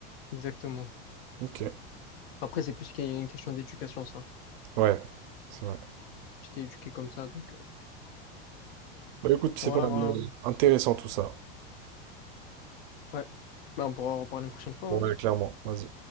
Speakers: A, on the left; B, on the right.
A: exactement.
B: Ok.
A: Après, c'est plus qu'il y a une question d'éducation, ça.
B: Ouais, c'est vrai.
A: J'étais éduqué comme ça, donc euh,
B: Bah écoute, c'est
A: voilà,
B: pas euh,
A: voilà.
B: intéressant tout ça.
A: Ouais. Bah, on pourra en reparler une prochaine fois.
B: Ouais,
A: hein.
B: clairement. Vas-y.